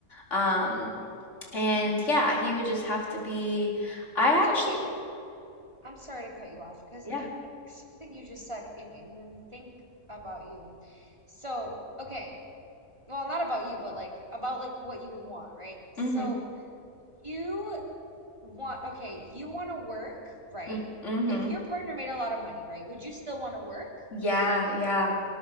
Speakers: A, on the left (about 50°); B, on the right (about 20°).
A: um and yeah he would just have to be I
B: So
A: actually
B: wait. I'm sorry to cut you off because
A: yeah
B: something you just said, it made me think about you. So, okay, well, not about you, but like about like what you would want, right? So,
A: mm-hmm
B: you want, okay, you want to work, right?
A: mm-hmm mm-hmm.
B: If your partner made a lot of money, right? Would you still want to work?
A: Yeah, yeah.